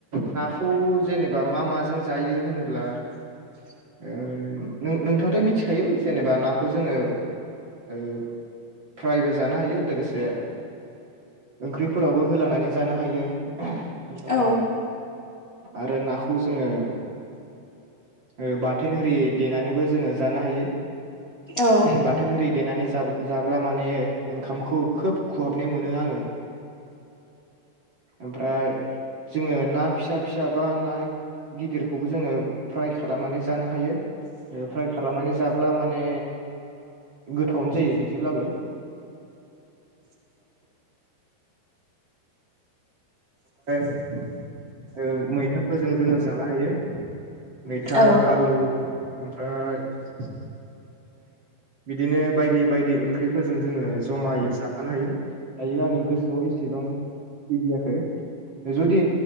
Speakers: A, on the right; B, on the left.
A: नाखौ जेनेबा मा माजों जायो होनोब्ला
B: <inaudible>
A: ओ नों नोंथाङाथ' मिथिखायो जेनेबा नाखौ जोङो ओ फ्रायबो जानो हायो लोगोसे ओंख्रिफोरावबो होलानानै जानो हायो ओमफ्राय
B: औ
A: आरो नाखौ जोङो ओ बाथोन ओरि देनानैबो जोङो जानो हायो
B: औ
A: बाथोन ओरि देनानै जा-जाब्ला माने ओंखामखौ खोब खुहाबनाय मोनो आङो ओमफ्राय जोङो ना फिसा फिसा बा ना गिदिरखौबो जोङो फ्राय खालामनानै जानो हायो ओ फ्राय खालामनानै जाब्ला माने गोथावनो जायो बि दिब्लाबो <inaudible> <unintelligible> ओ मैथाफोरजों जोङो जानो हायो मैथा
B: औ
A: आलु ओमफ्राय बिदिनो बायदि बायदि ओंख्रिफोरजों जोङो जमायै जाफानो हायो दायो आंनि गोसोआव एसे सेबां बिदियाखै। जुदि